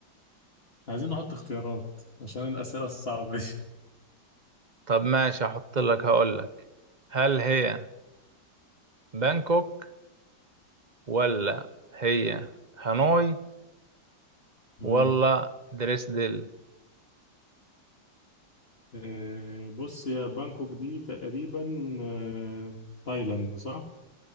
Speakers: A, on the left; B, on the right.
A: عايزين نحط اختيارات عشان الأسئلة الصعبة
B: طب ماشي هحط لك هقول لك هل هي بانكوك ولا هي هانوي
A: دي
B: ولا
A: <laughs>
B: دريسدل
A: آه، بص يا بانكوك دي تقريبا آه، تايلاند صح؟